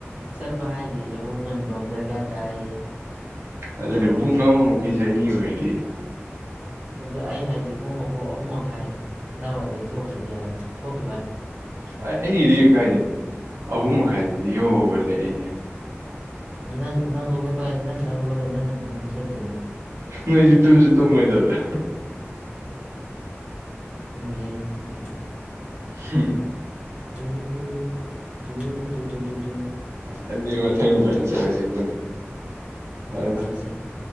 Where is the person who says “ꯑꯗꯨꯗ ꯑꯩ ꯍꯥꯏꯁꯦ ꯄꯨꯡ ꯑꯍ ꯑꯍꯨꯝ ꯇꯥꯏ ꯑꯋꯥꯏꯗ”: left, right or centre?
Right